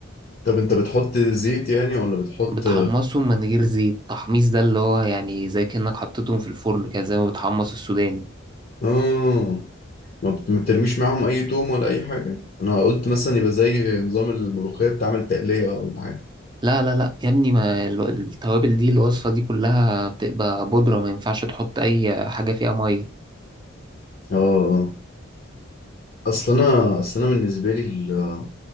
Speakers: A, on the left; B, on the right.
A: طب انت بتحط زيت يعني ولا بتحط
B: بتحمصهم من غير زيت تحميص ده اللي هو يعني زي كأنك حطيتهم في الفرن كده زي ما بتحمص السوداني
A: اه ما بت- ما بترميش معاهم اي توم ولا اي حاجه انا قلت مثلا يبقى زي نظام الملوخيه بتعمل تقليه ولا حاجه
B: لا لا لا يا ابني ما ال- التوابل دي الوصفة دي كلها بتبقى بودرة ما ينفعش تحط أي حاجة فيها مية
A: اه اه اصل انا اصل انا بالنسبه لي ال-